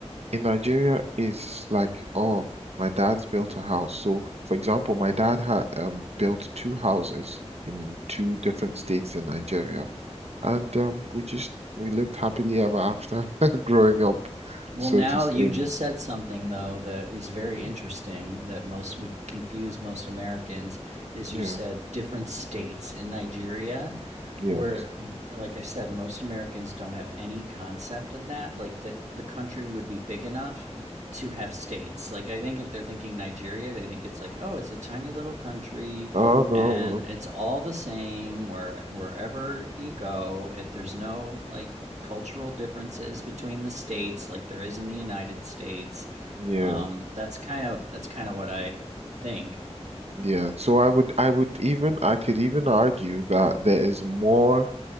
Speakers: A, on the right (about 65°); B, on the right (about 80°).
A: in Nigeria, it's like, oh, my dad's built a house. So, for example, my dad had um, built two houses in two different states in Nigeria, and um, we just we lived happily ever after <laughs> growing up,
B: Well,
A: so
B: now
A: to s-
B: you
A: in
B: just said something though that is very
A: Mhm.
B: interesting that most would confuse most Americans is
A: yeah,
B: you said different states in Nigeria
A: yeah.
B: where like i said most americans don't have any concept of that like that the country would be big enough to have states like i think if they're thinking nigeria they think it's like oh it's a tiny little country
A: Oh no,
B: and
A: well,
B: it's all the same where wherever you go it, there's no like cultural differences between the states like there is in the united states
A: yeah,
B: um, that's kind of that's kind of what i think
A: yeah. So I would I would even I could even argue that there is more